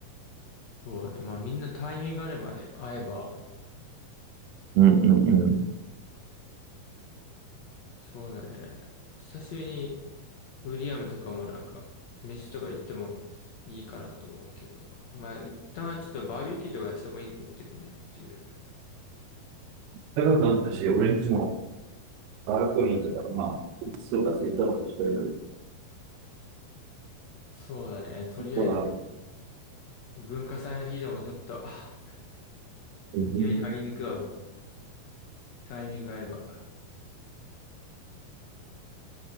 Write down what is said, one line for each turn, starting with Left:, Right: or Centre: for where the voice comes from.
Left: そうだね。まあみんなタイミングがあればね、会えば。
Right: うんうんうん。
Left: あ、そうだね。久しぶりにウィリアムとかもなんか、飯とか行ってもいいかなと思うけど。まあ一旦ちょっとバーベキューとかやってもいいけどねっていう。
Right: 高くなったし、俺んちもバルコニーとか、まあ、そうか、そういったことしてる
Left: そうだね。とりあえず
Right: から、
Left: 文化祭の日でもちょっと、あ
Right: 全然
Left: 匂い嗅ぎに行くわ。タイミング合えば。